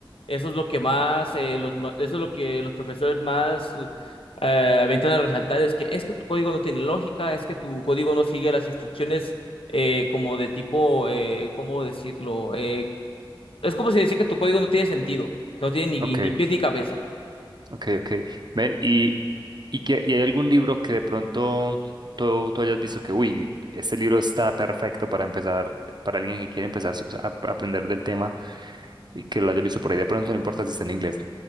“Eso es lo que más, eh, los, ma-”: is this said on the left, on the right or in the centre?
Left